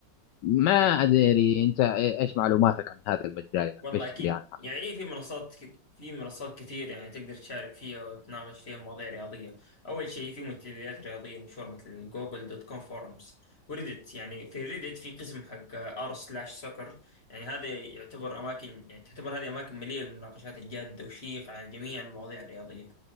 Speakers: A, on the left; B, on the left.
A: ما أدري أنت إيش معلوماتك عن هذا المجال يعني
B: والله
A: إيش
B: أكيد
A: تدري عنها
B: يعني إيه في منصات كت- في منصات كتير يعني تقدر تشارك فيها وتناقش فيها مواضيع رياضية أول شيء في منتديات رياضية مشهورة مثل جوجل دوت كوم فورمز وريدت يعني في ريدت في قسم حق r سلاش سoccer يعني هذا يعتبر أماكن يعني تعتبر هذه أماكن مليئة بالمناقشات الجادة وشيقة على جميع المواضيع الرياضية